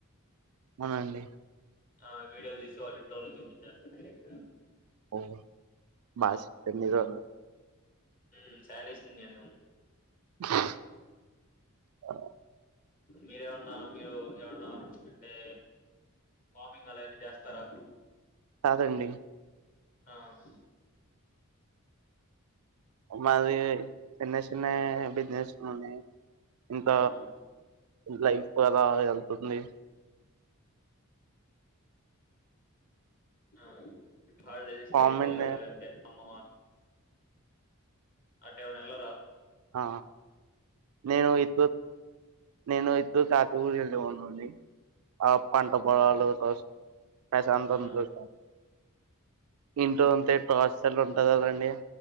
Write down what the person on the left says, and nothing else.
ఆ వీడియోలు తీసి వాళ్ళ ఇంట్లో వాళకు చూపించెస్త డైరెక్ట్గా
ఊ సడేసును నేను
మీరేమన్నా మీరు ఎవన్న అంటే వాార్మింగ్ అలా ఏమన్నా చేస్తారా
ఆ <unintelligible>
ఆ
ఆ బాళ ఇస్త
పెళ్ళోలా అంతే అమ్మమ్ మా అట్టేవన్ ఎలార
ఆ